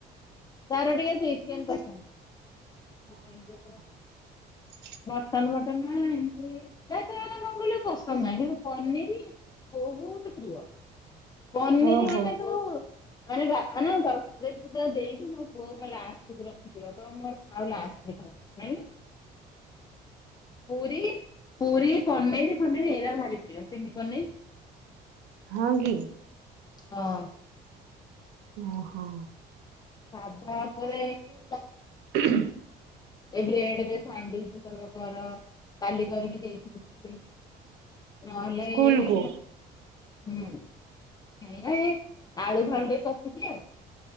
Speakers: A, on the left (about 25°); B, on the right (about 80°).
A: ତାର ଟିକେ ଚିକେନ ପସନ୍ଦ ଚିକେନ
B: ହ
A: ମଟନ ଫଟନ ନା ଏମତିରେ ହେ ତାର କଣ କହିଲୁ ପସନ୍ଦ ନାହିଁ କିନ୍ତୁ ପନିର ବହୁତ ପ୍ରିୟ ପନିର
B: ଓହୋ
A: ମାନେ ତୁ <unintelligible> ମୋ ପୁଅ କ ଲାଷ୍ଟୁ ରଖିଥିବ ତ ମୋର ଆଉ ଲାଷ୍ଟ <unintelligible> ପୁରି ପୁରି ପନିର ଫନିର ଏଇରା ଭାରି ପ୍ରିୟ ଚିଲି ପନିର।
B: ହଁ କି?
A: ହଁ।
B: ଓହୋ।
A: ସାଧା ଉପରେ ତା
B: ହଁ।
A: ଏବେ ଏଇ ବ୍ରେଡ ଆଣିଛି ଦେଖ କଲର କର କାଲି କରିକି ଦେଇଥିଲ। ନହେଲେ
B: ସ୍କୁଲ କୁ
A: ହୁଁ ଏରା ଏଇ ଆଳୁ ଫାଳୁ କଷିଛିି ଆଉ।